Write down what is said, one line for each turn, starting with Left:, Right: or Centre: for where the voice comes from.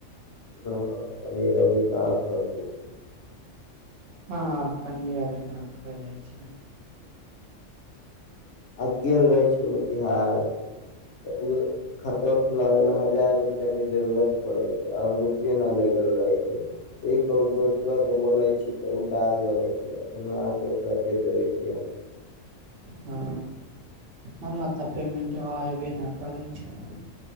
Left: ह पनीर अभी सा हो जा छै।
Right: हँ पनीर बिीना खा जाइ छै।
Left: आज गेल रहै छै मोतिहार। ऽ ओ खातर खोलाब ल। हजार रुपआ के जरूरत पड़े छै आ रुपे न लगल रहे छै ई कहू दोस्तो के बोले छी। तऽ ओ डाल देबे छै फेर अहाँके ओकरा। देबै छीिय हम।
Right: हँ हम तऽ पेमेंट अयबे नहि करै छै।